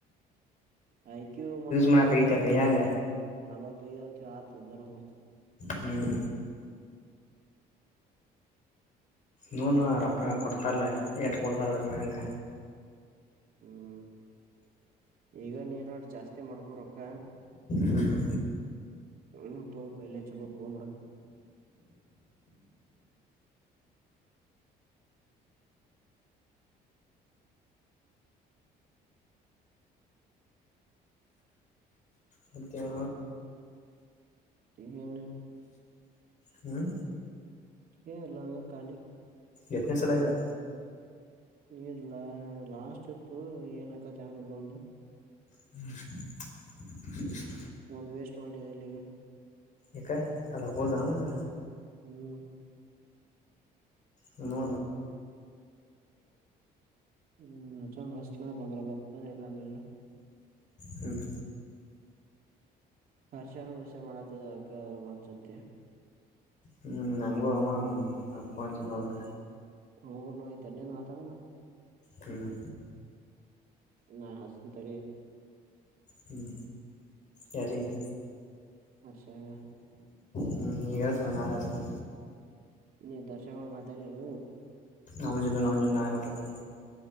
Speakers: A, on the right; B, on the left.
A: ಐಕ್ಯು ಮೊತದ
B: ಮಾಡಕ್
A: ನಲ್ವತ್
B: ಐತೆ ಕೈಯಾಗ
A: ನಲ್ವತ್ತ ಐವ ಹತ್ ಇದರ ಮ
B: ಹ್ಮ್ ನನು ರೊಕ್ಕ ಕೊಡ್ತಾರಲ್ಲ ಟ್ಟ ಕೊಡ್ತಾರ ಸರಮೇಗೆ
A: ಹ್ಮ್ ಈಗ ನೀನ ಜಾಸ್ತಿ ಮಾಡ್ಬೋರಕ್ಕ
B: ಹ್ಮ್
A: ಹ್ಮ್ ತ ಕಹಲ ಚಲೋ ತ ಹ
B: ಮತ್ತೇಣ
A: ಸಿನ್
B: ಹ್ಮ್
A: ಏ ಇಲ್ಲಂಗ ಖಾಲಿ
B: ಎತ್ನೇ ಸಲ ಇದೆ
A: ಇಲಾ ಲಾಸ್ಟ್ ಇತ್ತು ಏನ್ಕತ್ ಯಾಮ ಇಲ್ಲೊಂದು
B: ಹ್ಮ್
A: ಒಂದು್ ವೇಸ್ಟ್ ಮಾಡಿದೆ ಇಲ್ಲಿಗ
B: ಈಕ ಅಲ್ಲ ಹದಾವಲ್ಲ
A: ಹ್ಮ್
B: ನಮ್ಮ ಭ
A: ಹ್ಮ್ ನ ಚಷ್ಟನ ಬಂದ್ರ ಬತ್ತ ಇಲ್ಲಾಂದ್ರ ಇಲ್ಲ.
B: ಹ್ಮ್.
A: ವರ್ಷ ವರ್ಷ ಮಾಡತೇವ ಅದಕ್ಕ ಹಚ್ಚ ಹೊಕ್ಕಿ.
B: ಹ್ಮ್ ನಂಗೂ ಅವ ಅಪ್ಪಚದ ಅವಳಕ.
A: <unintelligible>
B: ಹ್ಮ್.
A: ನಾ ಹಚ್ಚತೇನ ತಡಿ.
B: ಹ್ಮ್ ಯಾರಿಗೆ.
A: ಹರ್ಷಾಗ.
B: ಹ್ಮ್ ನೀ ಹೇಳ್ತ ನ ನಾಳೆಸ್ತನ.
A: ನೀ ದರ್ಶನ್ ಗೂಢ ಮಾತಾಡಲಿಲ್ಲ ಏನ್.
B: ಅವನ ಜೋಡೆ ಅವನ ಜೋಡೇನು ನಾಳೆ ಮಾತಾಡಬೇಕ.